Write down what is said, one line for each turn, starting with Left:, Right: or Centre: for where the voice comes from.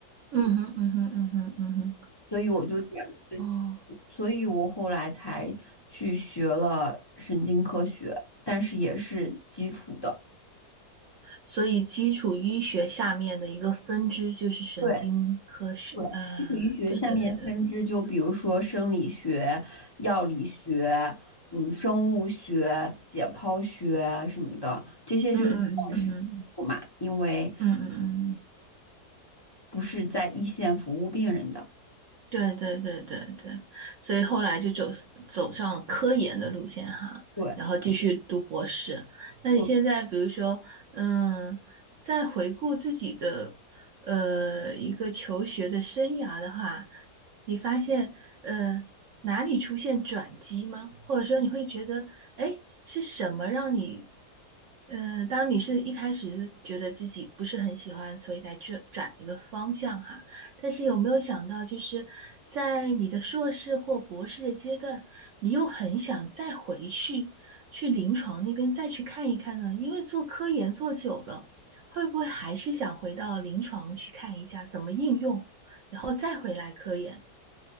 Right: 嗯哼嗯哼嗯哼嗯哼，
Left: 所以我就选，
Right: 哦，
Left: 所以我后来才去学了神经科学，但是也是基础的。
Right: 所以基础医学下面的一个分支就是神经科学，
Left: 对。对，
Right: 啊，
Left: 基础医学下面分支就比如说生理学、
Right: 对对对对，
Left: 药理学、嗯，生物学、解剖学啊什么的，这些就算是不嘛，
Right: 嗯嗯嗯嗯
Left: 因为
Right: 嗯嗯嗯嗯嗯。
Left: 不是在一线服务病人的。
Right: 对对对对对，所以后来就走走上了科研的路线哈，
Left: 对，
Right: 然后继续读博士。那你现在比如说，
Left: 我
Right: 嗯，在回顾自己的呃一个求学的生涯的话，你发现呃哪里出现转机吗？或者说你会觉得，哎，是什么让你，嗯、当你是一开始是觉得自己不是很喜欢，所以才去转一个方向哈？但是有没有想到，就是在你的硕士或博士的阶段，你又很想再回去去临床那边再去看一看呢？因为做科研做久了，会不会还是想回到临床去看一下怎么应用，然后再回来科研